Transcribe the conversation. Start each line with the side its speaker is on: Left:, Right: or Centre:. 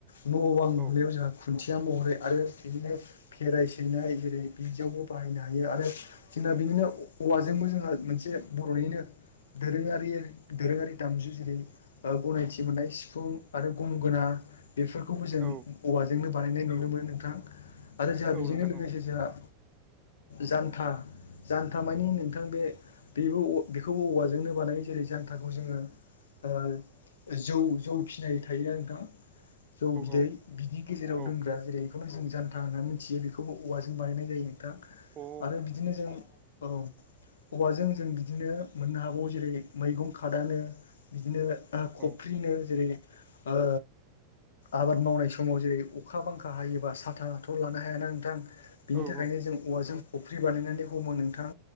Left: न'आव
Right: औ
Left: लुनायाव जों खुथि- या- महरै आरो बिदिनो खेराइ सैनाय जेरै बिदियावबो बाहायनो हायो हायो आरो जोंना बेनिनो औवाजोंबो जोंहा मोनसे बर'निनो दोरोङारि- दोरोङारि दामजु जेरै ओ- गनायथि मोननाय सिफुं आरो गंगोना बेफोरखौबो जों
Right: औ
Left: औवाजोंनो बानायनाय नुनो मोनो नोंथां आरो जोंहा
Right: औ
Left: बेजोंनो
Right: नोंथां औ
Left: लोगोसे जोंहा जानथा जान्था मानि नोंथां बे बिब्लिअग्राफियाव अ बेखौ औवाजोंनो बानाय जेरै जान्थाखौ जोङो ओ जौ जौ फिनाय थायो नोंथां जौ बिदै
Right: औ
Left: बिनि गेजेराव
Right: औ अ
Left: दोनग्रा जेरै बेखौनो जों जान्था होननानै मिथियो बेखौबो औवाजों बानायनाय जायो नोंथां
Right: अ
Left: आरो बिदिनो जों औ अबाजों जों बिदिनो मोननो हागौ जेरै मैगं खादानो बिदिनो ओ खफ्रिनो
Right: औ
Left: जेरै ओ आबाद मावनाय समाव जेरै अखा बांखा हायोबा साथाथ' लानो हायाना नोंथां बिनि
Right: औ
Left: थाखायनो
Right: औ
Left: जों औवाजों खफ्रि बानायनानै हमो नोंथां